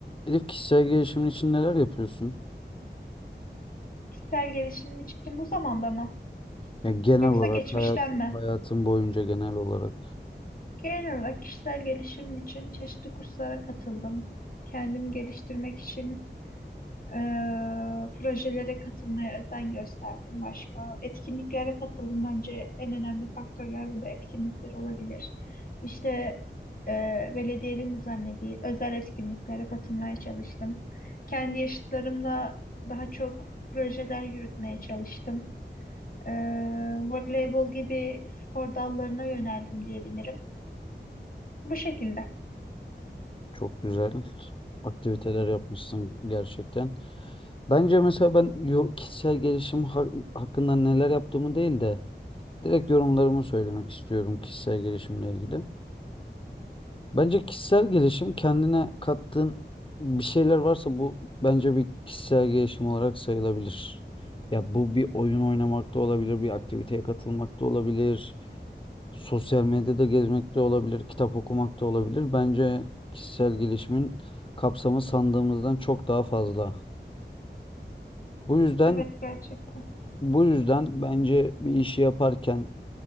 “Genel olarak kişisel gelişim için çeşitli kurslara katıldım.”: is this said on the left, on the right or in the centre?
Left